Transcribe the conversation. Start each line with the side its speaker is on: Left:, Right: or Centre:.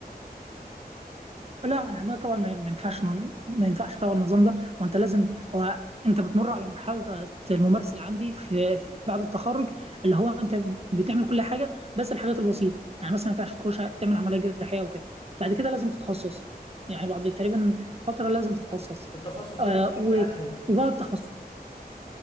Right: لا احنا عندنا طبعا ما ما ينفعش نن- ما ينفعش طبعا النظام ده وانت لازم هو انت بتمر على مرحله الممارس العملي في في- بعد التخرج اللي هو انت بتعمل كل حاجه بس الحاجات البسيطه يعني مثلا ما ينفعش تخش ع- تعمل عمليه جراحيه وكده بعد كده لازم تتخصص يعني بعد تقريبا فتره لازم تتخصص
Left: التخصص ده
Right: آه
Left: بيعتمد
Right: و-
Left: على ايه
Right: وبقى التخصص